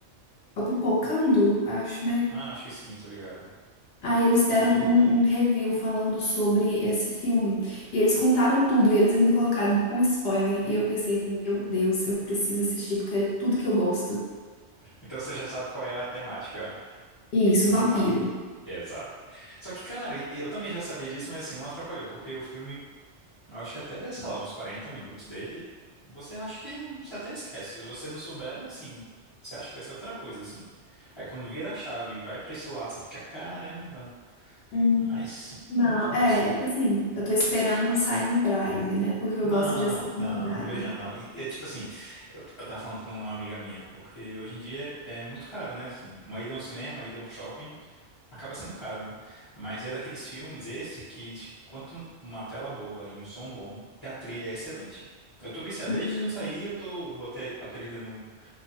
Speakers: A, on the left; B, on the left.
A: é o Pipocando, acho, né?
B: Ah, acho que sim, tô ligado.
A: Aí eles deram um, um review falando sobre esse filme. E eles contaram tudo, e eles ainda colocaram com spoiler. E eu pensei, meu Deus, eu preciso assistir, porque é tudo que eu gosto.
B: Então você já sabe qual é a temática.
A: E isso,
B: do
A: vampiro.
B: final. Exato. Só que, cara, e- eu também já sabia disso, mas assim, não atrapalhou, porque o filme, eu acho que até, sei lá, uns 40 minutos dele, você acha que você até esquece. Se você não souber, assim, você acha que vai ser outra coisa, assim. Aí quando vira a chave e vai pra esse lado, você fica, caramba,
A: Hum.
B: mas
A: Não,
B: muito bom,
A: é,
B: assim.
A: tipo assim, eu tô esperando sair no Drive, né? Porque eu
B: Não,
A: gosto de
B: não,
A: assistir
B: não,
A: no Drive.
B: não veja não. E, é tipo assim, eu, eu tava falando com uma amiga minha, porque hoje em dia é muito caro, né? Assim, uma ida a um cinema, uma ida a um shopping, acaba sendo caro, né? Mas é daqueles filmes esse que, tipo, quanto uma tela boa e um som bom, que a trilha é excelente. Eu tô viciado,
A: Uhum.
B: desde que eu saí, eu tô, eu botei a trilha no,